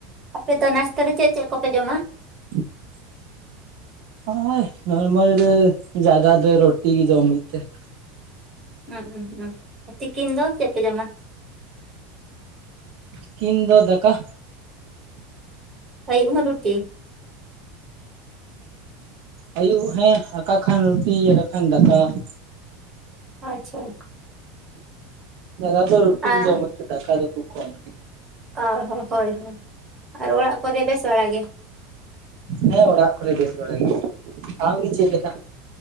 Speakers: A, on the right; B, on the right.
A: ᱟᱯᱮ ᱫᱚ ᱱᱟᱥᱛᱟ ᱨᱮ ᱪᱮᱫ-ᱪᱮᱫ ᱠᱚᱯᱮ ᱡᱚᱢᱟ?
B: <unintelligible> ᱦᱚ ᱱᱚᱨᱢᱟᱞ ᱨᱮ ᱡᱟᱫᱟ ᱫᱚ ᱨᱩᱴᱤ ᱜᱮ ᱡᱚᱢ ᱦᱩᱭᱩᱜ ᱛᱮ ᱾
A: ᱩᱸᱸᱸ ᱛᱤᱠᱤᱱ ᱫᱚ ᱪᱮᱫ ᱯᱮ ᱡᱚᱢᱟ?
B: ᱛᱤᱠᱤᱱ ᱫᱚ ᱫᱟᱠᱟ᱾
A: ᱟᱹᱭ ᱚᱱᱟ ᱨᱩᱴᱤ ᱾
B: ᱟᱹᱩᱵ ᱦᱮᱸ ᱟᱠᱟ ᱠᱷᱟᱱ ᱨᱩᱴᱤ ᱟᱠᱟ ᱠᱷᱟᱱ ᱫᱟᱠᱟ ᱾
A: ᱟᱪᱪᱷᱟ ᱾
B: ᱡᱟᱫᱟ ᱫᱚ ᱨᱩᱴᱤ
A: ᱟᱨ
B: ᱜᱮ ᱡᱚᱢ ᱦᱩᱭᱩᱜ ᱠᱟᱠᱟ ᱫᱚ ᱠᱚᱢ ᱾
A: ᱚ ᱦᱚᱸ ᱦᱚᱭ ᱦᱚᱭ ᱟᱨ ᱚᱲᱟᱜ ᱠᱚᱨᱮ ᱵᱮᱥ ᱵᱟᱲᱟᱜ ᱜᱮ?
B: ᱦᱮᱸ ᱚᱲᱟᱜ ᱠᱚᱨᱮ ᱵᱮᱥ ᱵᱟᱲ ᱜᱮ ᱾ ᱟᱢᱜᱮ ᱪᱮᱫ ᱞᱮᱠᱟ?